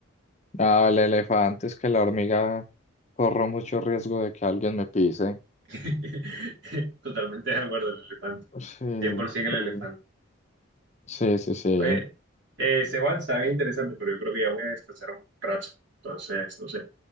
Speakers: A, on the left; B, on the right.
A: ah, el elefante es que la hormiga corro mucho riesgo de que alguien me pise.
B: <laughs> Totalmente de acuerdo, el elefante.
A: Sí,
B: 100%
A: el-
B: el elefante.
A: sí, sí,
B: Oye, eh, ese WhatsApp es interesante, pero yo creo que ya voy a descansar un rato. Entonces, no sé.